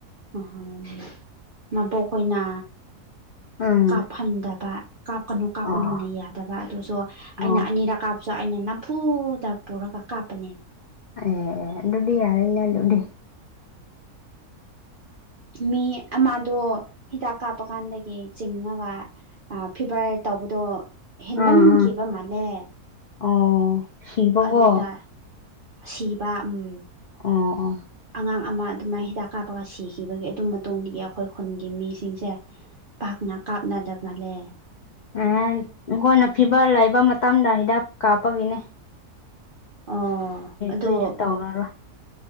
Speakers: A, on the right; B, on the left.
A: ꯎꯝ ꯃꯕꯣꯛꯍꯣꯏꯅꯥ
B: ꯎꯝ
A: ꯀꯥꯞꯐꯟꯗꯕ ꯀꯥꯞꯀꯅꯨ ꯀꯥꯞꯀꯅꯨꯅ
B: ꯑꯣ
A: ꯌꯥꯗꯕ ꯑꯗꯨꯖꯨ ꯑꯩꯅ
B: ꯑꯣ
A: ꯑꯅꯤꯔꯛ ꯀꯥꯞꯖꯨ ꯑꯩꯅ ꯅꯝꯐꯨꯗ ꯄꯨꯔꯒ ꯀꯥꯞꯄꯅꯦ
B: ꯑꯦ ꯑꯦ ꯗꯨꯗꯤ ꯌꯥꯔꯦꯅꯦ ꯗꯨꯗꯤ
A: ꯃꯤ ꯑꯃꯥꯗꯣ ꯍꯤꯗꯥꯛ ꯀꯥꯞꯄꯀꯥꯟꯗꯒꯤ ꯆꯤꯡꯉꯒ ꯑꯥ ꯐꯤꯚꯔ ꯇꯧꯕꯗꯣ ꯍꯦꯟꯃꯟꯈꯤꯕ
B: ꯑꯥ ꯑꯥ
A: ꯃꯥꯜꯂꯦ
B: ꯑꯣ ꯁꯤꯕꯀꯣ
A: ꯑꯗꯨꯗꯥ ꯁꯤꯕ ꯎꯝ
B: ꯑꯣ ꯑꯣ
A: ꯑꯉꯥꯡ ꯑꯃ ꯑꯗꯨꯃꯥꯏ ꯍꯤꯗꯥꯛ ꯀꯥꯞꯄꯒ ꯁꯤꯈꯤꯕꯒꯤ ꯑꯗꯨ ꯃꯇꯨꯡꯗꯒꯤ ꯑꯈꯣꯏ ꯈꯨꯟꯒꯤ ꯃꯤꯁꯤꯡꯁꯦ ꯄꯥꯛꯅ ꯀꯥꯞꯅꯗ ꯃꯥꯂꯦ
B: ꯑ ꯅꯈꯣꯏꯅ ꯐꯤꯚꯔ ꯂꯩꯕ ꯃꯇꯝꯗ ꯍꯤꯗꯥꯛ ꯀꯥꯞꯄꯒꯤꯅꯤ
A: ꯑꯣ ꯑꯗꯣ
B: ꯀꯔꯤꯁꯨ ꯇꯧꯔꯔꯣꯏ